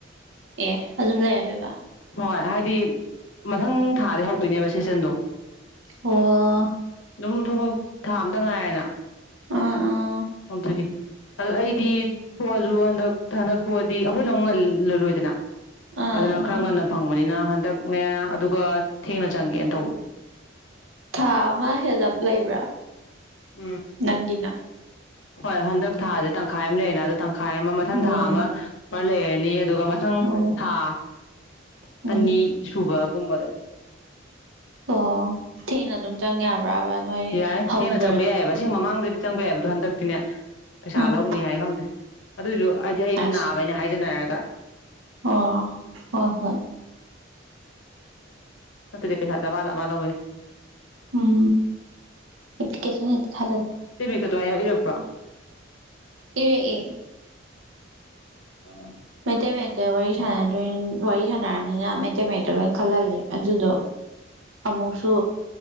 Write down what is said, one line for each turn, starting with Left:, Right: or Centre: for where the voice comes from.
Right: ꯑꯦ ꯑꯗꯨꯝ ꯂꯩꯔꯗꯣꯏꯕ
Left: ꯍꯣꯏ ꯍꯥꯏꯗꯤ ꯃꯊꯪ ꯃꯊꯪ ꯊꯥꯗꯒꯤ ꯍꯧꯗꯣꯏꯅꯦꯕ ꯁꯦꯁꯟꯗꯣ
Right: ꯑꯣ
Left: ꯑꯗꯨꯝ ꯊꯣꯛ ꯊꯥ ꯑꯝꯇ ꯉꯥꯏꯔꯦꯅ
Right: ꯑꯥ ꯑꯥ
Left: <unintelligible> ꯑꯗꯣ ꯑꯩꯗꯤ ꯊꯣꯛꯑꯁꯨ ꯍꯟꯗꯛ ꯍꯟꯗꯛ ꯊꯣꯛꯑꯗꯤ ꯑꯩꯈꯣꯏꯅ ꯑꯃꯨꯛ ꯉꯜꯂꯂꯣꯏꯗꯅ
Right: ꯑꯥ
Left: ꯑꯗꯨꯅ
Right: ꯑꯥ
Left: ꯈꯔ ꯉꯟꯅ ꯐꯪꯕꯅꯤꯅ ꯍꯟꯗꯛꯅꯦ ꯑꯗꯨꯒ ꯊꯦꯡꯅ ꯆꯪꯒꯦꯅ ꯇꯧꯕ
Right: ꯊꯥ ꯑꯃ ꯍꯦꯜꯂꯞ ꯂꯩꯕ꯭ꯔꯥ
Left: ꯎꯝ
Right: ꯅꯪꯅ
Left: ꯍꯣꯏ ꯍꯟꯗꯛ ꯊꯥꯥꯁꯦ ꯇꯪꯈꯥꯏ ꯑꯃ ꯂꯩꯔꯅꯦ ꯑꯗꯣꯈ ꯇꯪꯈꯥꯏ ꯑꯃ ꯃꯊꯪ
Right: ꯎꯝ
Left: ꯊꯥ ꯑꯃ ꯐꯂꯦ ꯑꯗꯨꯒ ꯃꯊꯪ
Right: ꯎꯝ
Left: ꯊꯥ
Right: ꯎꯝ
Left: ꯑꯅꯤ ꯁꯨꯕ ꯀꯨꯝꯕꯗ
Right: ꯑꯣ ꯊꯦꯡꯅ ꯑꯗꯨꯝ ꯆꯪ ꯌꯥꯕ꯭ꯔꯥꯕ ꯅꯣꯏ
Left: ꯌꯥꯏ
Right: ꯍꯧꯕ
Left: ꯊꯦꯡꯅ ꯆꯪꯕ ꯌꯥꯏꯑꯕ ꯑꯁꯤ ꯃꯃꯥꯡꯗꯗꯤ ꯆꯪꯕ ꯌꯥꯏꯕꯗꯣ ꯍꯟꯗꯛꯇꯤꯅꯦ ꯄꯩꯁꯥ
Right: ꯎꯝ
Left: ꯂꯧꯅꯦ ꯍꯥꯏꯌꯦ ꯈꯪꯗꯦ ꯑꯗꯣꯏꯁꯨ ꯍꯥꯏꯗꯤ ꯑꯩꯗꯣ
Right: ꯑꯁ
Left: ꯅꯥꯕꯩꯅꯦ ꯍꯥꯏꯖꯅꯔꯒ <unintelligible>
Right: ꯑꯣ ꯍꯣꯏ ꯍꯣꯏ
Left: ꯅꯠꯇꯗꯤ ꯄꯩꯁꯥ ꯗꯃ ꯗꯃꯥ ꯂꯧꯏ
Right: ꯎꯝ ꯑꯦꯞꯄꯤꯂꯤꯀꯦꯁꯟ ꯍꯦꯛꯇ ꯊꯖꯟꯂꯨ
Left: ꯀꯋꯥꯏ ꯏꯔꯛꯄ꯭ꯔꯣ
Right: ꯏꯔꯛꯑ
Left: ꯑꯣ
Right: ꯃꯩꯇꯩ ꯃꯇꯩ ꯋꯥꯔꯤꯣꯏ ꯋꯥꯔꯤ ꯁꯥꯟꯅꯅꯤꯅ ꯃꯩꯇꯩ ꯃꯛꯇ ꯃꯩꯇꯩꯃꯦꯛꯇ ꯋꯔꯤ ꯁꯟꯅꯗꯣꯏ ꯋꯔꯤꯁꯟꯅꯔꯕꯅꯤꯅ ꯃꯩꯇꯩꯃꯦꯛ ꯂꯣꯏ ꯈꯜꯍꯜꯂꯦ ꯑꯗꯨꯗꯣ ꯑꯃꯨꯛꯁꯨ